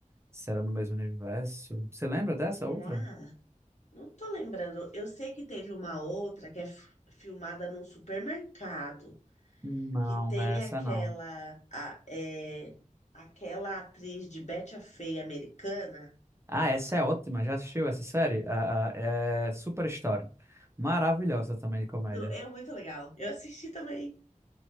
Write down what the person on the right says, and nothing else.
se era no mesmo universo. Você lembra dessa
outra?
Não,
não é essa
não.
Ah, essa é ótima. Já assistiu essa série? A, a, é Super Story. Maravilhosa também de comédia.